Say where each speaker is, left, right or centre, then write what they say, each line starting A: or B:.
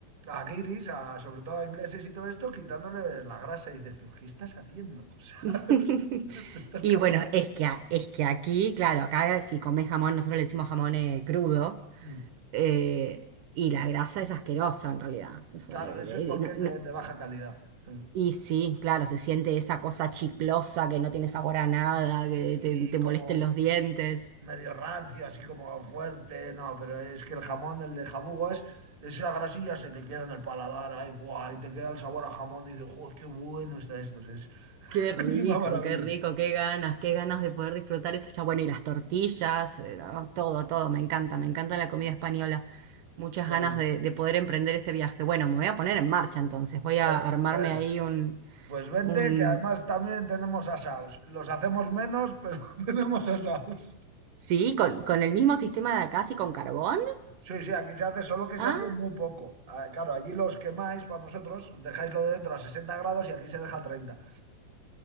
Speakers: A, on the right; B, on the right.
A: a guiris, a, sobre todo a ingleses y todo esto, quitándole la grasa y dices, pero ¿qué estás haciendo?
B: <laughs>
A: <laughs> O sea, te estás
B: Y
A: cargando.
B: bueno, es que, a- es que aquí, claro, acá si comes jamón, nosotros le decimos jamón eh, crudo,
A: Mm.
B: eh, y la grasa es asquerosa en realidad. O sea,
A: Claro,
B: eh,
A: eso es porque
B: eh, no-
A: es
B: no-
A: de, de baja calidad. <laughs>
B: y sí, claro, se siente esa cosa chiclosa que no tiene sabor a nada, que
A: Sí,
B: te, te molesta
A: como...
B: en los dientes.
A: medio rancio, así como fuerte, no, pero es que el jamón, el de jabugo es, esa grasilla se te queda en el paladar, ahí, buah, y te queda el sabor a jamón, y dices, "Joder, qué bueno está esto, es,
B: Qué
A: <laughs>
B: rico,
A: es una maravilla.
B: qué rico, qué ganas, qué ganas de poder disfrutar eso ya. Bueno, y las tortillas, eh, no, todo, todo, me encanta, me
A: Sí.
B: encanta la comida española. Muchas
A: Pues,
B: ganas de, de poder emprender ese viaje. Bueno, me voy a poner en marcha entonces, voy
A: pues,
B: a armarme
A: pues,
B: ahí un,
A: pues vente,
B: un...
A: que además también tenemos asaos. Los hacemos menos, pero <laughs> tenemos asaos.
B: Sí, con, con el mismo sistema de acá, sí, con carbón.
A: Sí, sí, aquí se hace, solo que
B: Ah,
A: se hace muy poco. Ah, Claro, allí los quemáis para vosotros, dejáislo de dentro a 60 grados y aquí se deja a treinta